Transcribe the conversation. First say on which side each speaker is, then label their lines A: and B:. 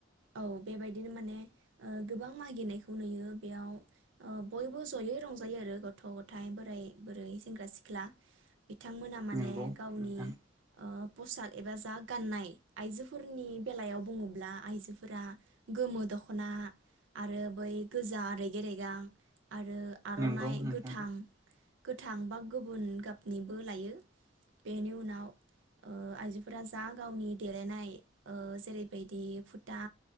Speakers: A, on the right; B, on the right.
A: औ बेबायदिनो माने गोबां मागिनायखौ नुयो बेयाव बयबो जयै रंजायो आरो गथ' गथाय बोराय बुरै सेंग्रा सिख्ला बिथांमोना माने
B: नंगौ
A: गावनि
B: नोंथां
A: ओ कसाद एबा जा गाननाय आइजोफोरनि बेलायाव बुङोब्ला आइजोफोरा गोमो दखना आरो बै गोजा रेगे रेगां आरो आर'नाइ
B: नंगौ नोंथां
A: गोथां गोथां बा गुबुन गाबनिबो लायो बेनि उनाव ओ आइजोफोरा जा गावनि देलायनाय। ओ जेरैबायदि फुथा